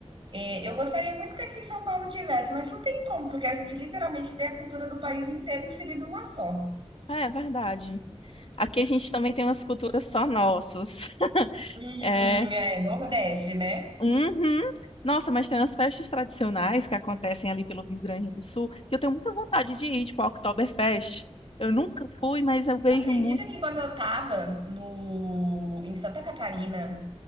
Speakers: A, on the right; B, on the left.
A: é, eu gostaria muito que aqui em São Paulo tivesse, mas não tem como, porque a gente literalmente tem a cultura do país inteiro inserida uma só.
B: É é verdade. Aqui a gente também tem umas culturas só nossas. <laughs>
A: Uhum,
B: É,
A: é, Nordeste, né?
B: uhum. Nossa, mas tem umas festas tradicionais que acontecem ali pelo Rio Grande do Sul que eu tenho muita vontade de ir, tipo a Oktoberfest. Eu nunca fui, mas eu vejo
A: Tu acredita
B: muito.
A: que quando eu tava no, em Santa Catarina,